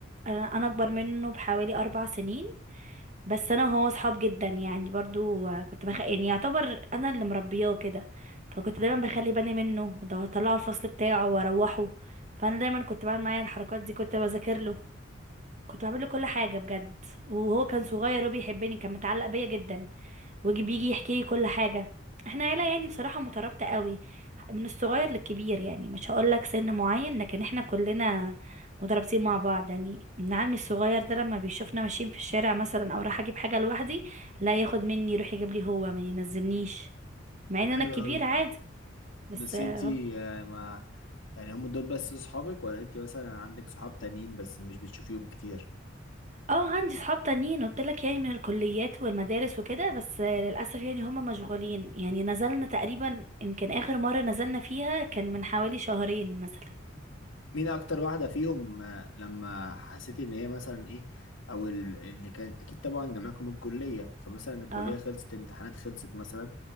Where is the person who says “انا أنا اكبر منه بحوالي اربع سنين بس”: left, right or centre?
Right